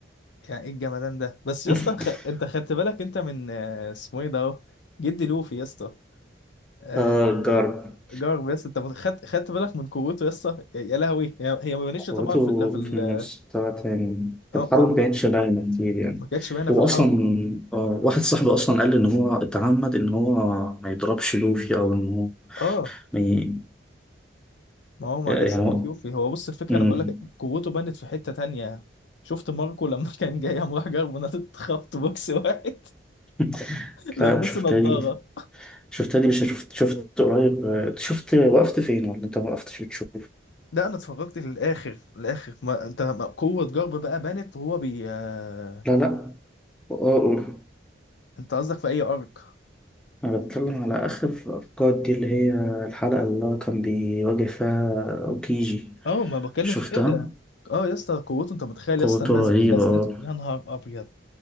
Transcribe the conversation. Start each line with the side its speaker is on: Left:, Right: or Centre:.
Left: يعني ايه الجمدان ده بس
Centre: <laughs>
Left: يا اسطى خ... انت خدت بالك انت من آه، اسمه ايه ده اهو جدي لوفي يا اسطى آه،
Centre: آه جارب
Left: جارب يا اسطى انت مت- خدت خدت بالك من قوته يا اسطى يا يا لهوي هي هي ما بانتش
Centre: قوته
Left: طبعا في ال... في ال...
Centre: في مستوى تاني في
Left: اه
Centre: الحرب
Left: ما...
Centre: مبينش باينة كتير يعني
Left: ما كانتش باينه
Centre: هو
Left: في الحرب
Centre: أصلا آه، واحد صاحبي أصلا قال لي إن هو اتعمد إن هو ما يضربش لوفي أو إن هو
Left: اه
Centre: ما ي...
Left: ما هو ما
Centre: يعني
Left: جاش من
Centre: هو
Left: لوفي هو بص الفكره
Centre: مم.
Left: انا بقول لك قوته بانت في حته تانية شفت ماركو لما <laughs> كان جاي قام راح جارب نطت خبط بوكس واحد
Centre: <laughs>
Left: <laughs> لبسه
Centre: لا شفت
Left: نضاره
Centre: لي شفت لي مش شفت شفت قريب آه، شفت وقفت فين ولا أنت ما وقفتش بتشوف
Left: لا انا اتفرجت للاخر الاخر ما انت ما قوه جرب بقى بانت وهو بي آه،
Centre: لا لا أقول
Left: انت قصدك في اي ارك
Centre: أنا بتكلم على آخر الأركاد دي اللي هي الحلقة اللي هو كان بيواجه فيها أوكيجي
Left: اه ما بتكلم
Centre: شفتها؟
Left: في كده اه يا اسطى قوته انت متخيل
Centre: قوته
Left: يا اسطى الناس
Centre: رهيبة
Left: نزلته
Centre: اه
Left: يا نهار ابيض